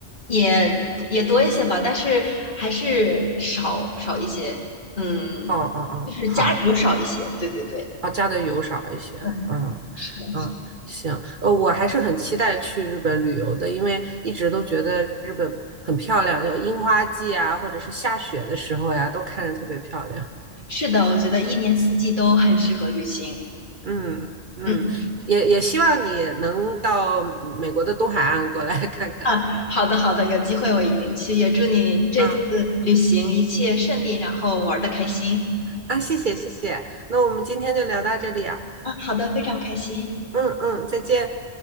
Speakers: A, on the left; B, on the right.
A: 也也多一些吧，但是还是少少一些，嗯，
B: 哦哦哦，
A: 就是加油少一些，
B: 好，
A: 对对对，
B: 哦，加的油少一些，
A: 对，
B: 嗯嗯，
A: 是的，
B: 行，呃，我还是很期待去日本旅游的，因为一直都觉得日本很漂亮，呃樱花季啊，或者是下雪的时候呀，都看着特别漂亮。
A: 是的，我觉得一年四季都很适合旅行。
B: 嗯嗯，
A: 嗯。
B: 也也希望你能到美国的东海岸过来看看
A: 啊，好的好的，有机会我一定去，也祝您这次旅行一切顺利，
B: 啊
A: 然后玩的开心。
B: 啊，谢谢谢谢，那我们今天就聊到这里啊，
A: 啊，好的，非常开心。
B: 嗯嗯，再见。